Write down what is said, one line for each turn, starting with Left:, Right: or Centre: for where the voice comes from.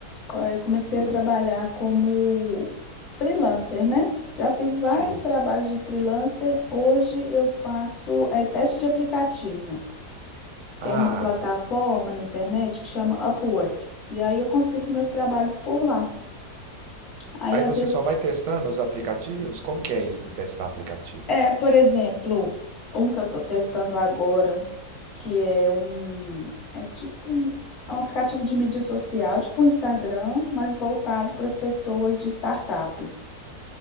Left: Co- eh, Comecei
Right: Hum,
Left: a trabalhar como freelancer, né? Já fiz vários
Right: sim.
Left: trabalhos de freelancer. Hoje eu faço eh, teste de aplicativo. Tem
Right: Ah,
Left: uma plataforma na internet que chama Upwork. E aí eu consigo meus trabalhos por lá. Aí
Right: aí
Left: às
Right: você
Left: vezes,
Right: só vai testando os aplicativos? Como que é isso de testar aplicativo?
Left: é, por exemplo, um que eu tô testando agora, que é um, é tipo um, é um aplicativo de mídia social, tipo um Instagram, mas voltado para as pessoas de startup.